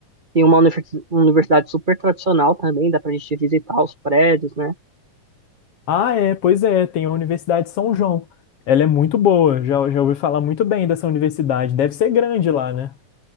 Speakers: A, on the right; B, on the left.
A: Tem uma universi- uma universidade super tradicional também, dá pra gente visitar os prédios, né?
B: Ah, é, pois é, tem a Universidade de São João. Ela é muito boa, já, já ouvi falar muito bem dessa universidade. Deve ser grande lá, né?